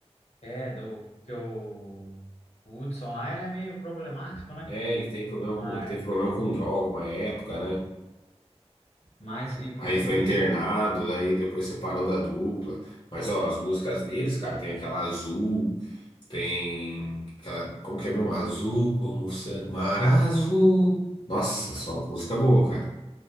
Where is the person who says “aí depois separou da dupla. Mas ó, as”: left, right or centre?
Left